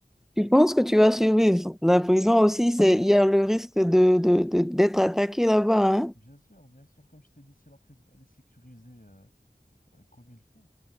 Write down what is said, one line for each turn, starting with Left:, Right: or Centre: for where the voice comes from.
Centre: Tu penses que tu vas survivre? La prison aussi, c'est, il y a le risque de, de- de- d'être attaqué là-bas, hein?
Left: Bien sûr, bien sûr, comme je t'ai dit, si la prison elle est sécurisée euh, euh, comme il faut,